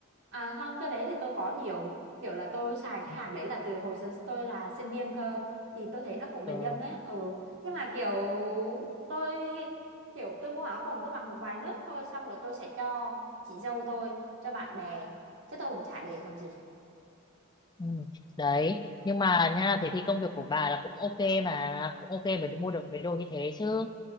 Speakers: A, on the right; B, on the left.
A: À không, cái đấy thì tôi có nhiều. Kiểu là tôi xài cái
B: ừ.
A: hàng đấy là từ hồi s- tôi là sinh viên cơ. Thì tôi thấy nó cũng
B: ờ,
A: bình dân đấy. Ừ. Nhưng mà kiểu tôi kiểu tôi mua áo quần tôi mặc một vài nước thôi xong rồi tôi sẽ cho chị dâu tôi, cho bạn bè. Chứ tôi cũng chả để làm gì.
B: ừ. đấy nhưng mà nha thế thì công việc của bà là cũng ok mà cũng ok mới mua được mấy đồ như thế chứ